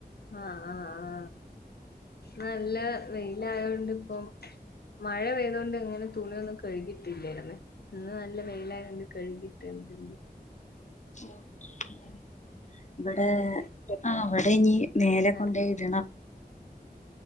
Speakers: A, on the left (about 70°); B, on the left (about 45°).
A: ആഹ് ആഹ് ആഹ് നല്ല വെയിലായോണ്ട് ഇപ്പം മഴ പെയ്തോണ്ട് എങ്ങനെ തുണിയൊന്നും കഴുകിട്ടില്ലേർന്ന് ഇന്ന് നല്ല വെയിലായോണ്ട് കഴുകിട്ടിണ്ട്ന്ന്
B: നോക്കിയില്ലാർന്നു ഇവിടെ
A: അങ്ങനെ
B: ആഹ് വ്ടെ ഇനി മേലെ
A: ആഹ്
B: കൊണ്ടോയി ഇടണം.